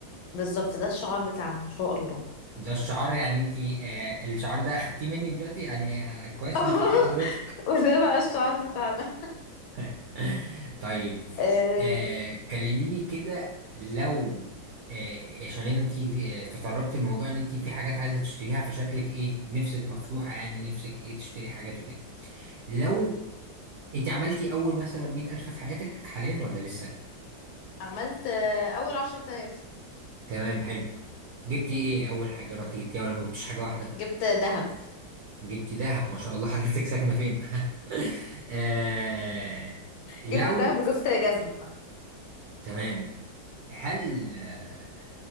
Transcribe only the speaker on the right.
ده الشعار يعني انت آه الشعار ده اخدتيه مني دلوقتي يعني آه كويس
اني فدت حضرتك
<laughs> طيب
آه كلميني كده لو آه عشان انت تطرقتي الموضوع ان انت في حاجات عايزه تشتريها فشكلك ايه نفسك مفتوحه يعني نفسك ايه تشتري حاجات وكده لو انت عملتي اول مثلا 100000 في حياتك حاليا ولا لسه
تمام حلو جبتي ايه اول حاجه رحتي جبتيها ولا ما جبتيش حاجه واحده
جبتي دهب ما شاء الله <laughs> حضرتك ساكنة فين؟ <laughs> آه لو
تمام هل آه